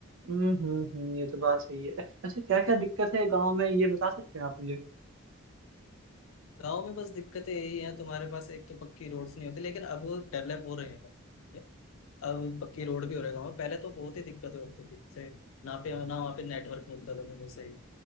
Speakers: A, on the right; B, on the left.
A: हम्म हम्म हम्म, ये तो बात सही है अच्छा क्या क्या दिक्कत है गाँव में ये बता सकते हैं आप मुझे
B: गांव में बस दिक्कतें यही है तुम्हारे पास एक तो पक्की रोड्स नहीं होती लेकिन अब डेवलप हो रहे हैं गाँव, ठीक है? अब पक्की रोड भी हो रहे हैं गाँव में पहले तो बहुत ही दिक्कतें होती थी जैसे ना पे ना वहाँ पे नेटवर्क मिलता था तुम्हें सही